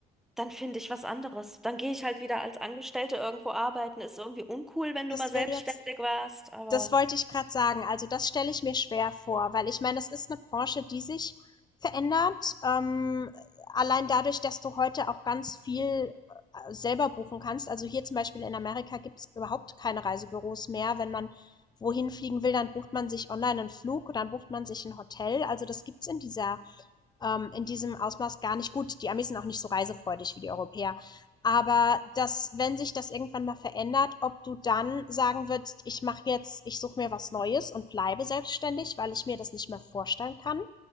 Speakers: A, in the centre; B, on the left.
A: dann finde ich was anderes. Dann gehe ich halt wieder als Angestellte irgendwo arbeiten. Ist irgendwie uncool, wenn
B: Das
A: du mal selbstständig
B: wäre jetzt
A: warst, aber.
B: Das wollte ich gerade sagen. Also, das stelle ich mir schwer vor, weil ich meine, das ist eine Branche, die sich verändert. Ähm, allein dadurch, dass du heute auch ganz viel, äh, selber buchen kannst. Also, hier zum Beispiel in Amerika gibt es überhaupt keine Reisebüros mehr. Wenn man wohin fliegen will, dann bucht man sich online einen Flug, dann bucht man sich ein Hotel. Also, das gibt's in dieser ähm, in diesem Ausmaß gar nicht gut. Die Amis sind auch nicht so reisefreudig wie die Europäer. Aber dass, wenn sich das irgendwann mal verändert, ob du dann sagen würdest, ich mache jetzt, ich suche mir was Neues und bleibe selbstständig, weil ich mir das nicht mehr vorstellen kann,